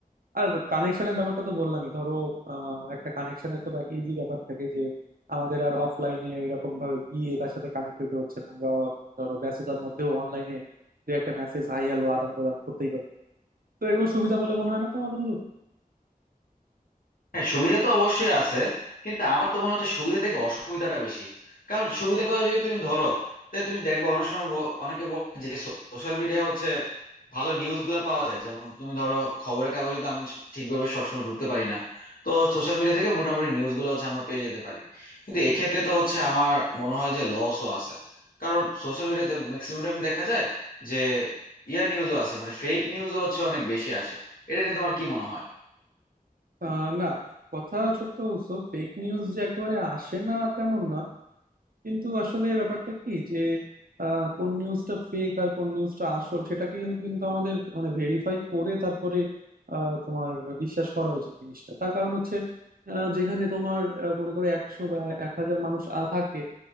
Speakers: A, on the right (about 70°); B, on the left (about 70°).
A: আর কানেকশনের ব্যাপারটা তো বললামই ধরো আহ, একটা কানেকশনের তো ইজি ব্যাপার থাকে যে আমাদের আর অফলাইনে ওইরকম ভাবে গিয়ে তার সাথে কানেক্ট হতে হচ্ছে না আমরা ধরো ব্যস্ততার মধ্যেও অনলাইনে দু একটা মেসেজ হাই হ্যালো আদান প্রদান করতেই পারি তো এগুলো সুবিধা বলে মনে হয় না তোমার বন্ধু
B: হ্যাঁ সুবিধা তো অবশ্যই আছে কিন্তু আমার তো মনে হচ্ছে সুবিধা থেকে অসুবিধাটা বেশি কারণ সুবিধা করে যদি তুমি ধরো তাহলে তুমি দেখবে অনেক সময় ব- অনেকে বলে যে সোশ্যাল মিডিয়া হচ্ছে ভালো নিউজ গুলা পাওয়া যায় যেমন তুমি ধরো খবরের কাগজে তো আমরা ঠিকভাবে সবসময় ঢুকতে পারি না তো সোশ্যাল মিডিয়া থেকে মোটামুটি নিউজ গুলো হচ্ছে আমরা পেয়ে যেতে পারি কিন্তু এক্ষেত্রে তো হচ্ছে আমার মনে হয় যে লসও আছে কারণ সোশ্যাল মিডিয়াতে ম্যাক্সিমাম আমি দেখা যায় যে ইয়া নিউজও আছে মানে ফেক নিউজও হচ্ছে অনেক বেশি আসে এটা নিয়ে তোমার কি মনে হয়
A: আহ, না কথা সত্য বলছো ফেক নিউজ যে একেবারে আসে না তেমন না কিন্তু আসলে ব্যাপারটা কি যে আহ, কোন নিউজটা ফেক আর কোন নিউজটা আসল সেটাকে কিন্তু কিন্তু আমাদের মানে ভেরিফাই করে তারপরে আহ, তোমার বিশ্বাস করা উচিত জিনিসটা তার কারণ হচ্ছে আহ, যেখানে তোমার আহ, মনে করে একশো বা এক হাজার মানুষ আহ, থাকে